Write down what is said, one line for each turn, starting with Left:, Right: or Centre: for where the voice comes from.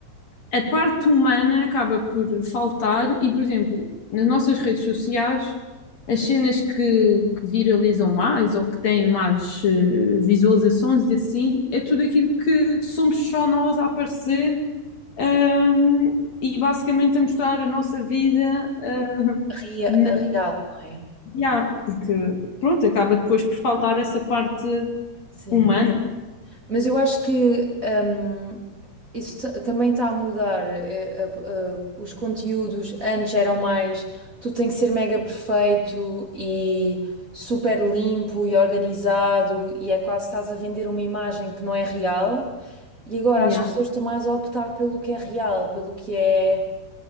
Left: a parte humana acaba por faltar e, por exemplo, nas nossas redes sociais, as cenas que, que viralizam mais ou que têm mais eh, visualizações e assim, é tudo aquilo que somos só nós a aparecer, ahm, e basicamente a mostrar a nossa vida, ah,
Right: Ria-
Left: na,
Right: a real, não é?
Left: yeah, porque pronto, acaba depois por faltar essa parte
Right: Sim.
Left: humana.
Right: Mas eu acho que hum, isso ta- também está a mudar. É, a- a- os conteúdos antes eram mais tudo tem que ser mega perfeito e super limpo e organizado, e é quase estás a vender uma imagem que não é real. E agora
Left: Yeah.
Right: as pessoas estão mais a optar pelo que é real, pelo que é,